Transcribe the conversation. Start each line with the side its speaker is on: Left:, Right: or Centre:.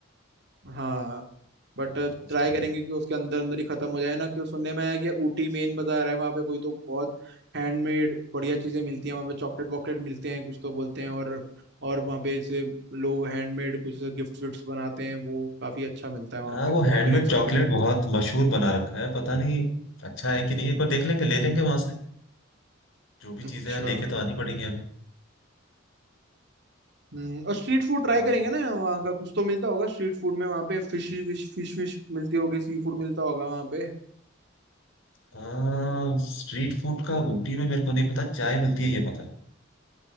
Right: हाँ बट
Left: हाँ तो बस
Right: ट्राई
Left: ठीक
Right: करेंगे
Left: है
Right: कि उसके अंदर अंदर ही खत्म हो जाए ना क्यों सुनने में आया कि ऊटी मेन बाजार है वहाँ पे कोई तो बहुत हैंडमेड बढ़िया चीजें मिलती हैं वहाँ पे चॉकलेट वॉकलेट मिलते हैं कुछ तो बोलते हैं और और वहाँ पे जैसे लोग हैंडमेड कुछ गिफ्ट विफ्ट बनाते हैं वो काफी अच्छा मिलता है वहाँ
Left: हाँ
Right: पे
Left: वो
Right: तो
Left: हैंडमेड
Right: वो खरीद सकते
Left: चॉकलेट
Right: हैं
Left: बहुत मशहूर बना रखा है पता नहीं अच्छा है कि नहीं एक बार देख लेंगे ले लेंगे वहां से जो भी
Right: अच्छा
Left: चीजें हैं लेके तो आनी पड़ेगी हमें
Right: हम्म और स्ट्रीट फूड ट्राई
Left: और
Right: करेंगे ना वहाँ का कुछ तो मिलता होगा स्ट्रीट फूड में वहाँ पे फिश विश फिश विश मिलती होगी सी फूड मिलता होगा वहाँ पे
Left: हाँ स्ट्रीट फूड का ऊटी में मेरे को नहीं पता चाय मिलती है ये पता है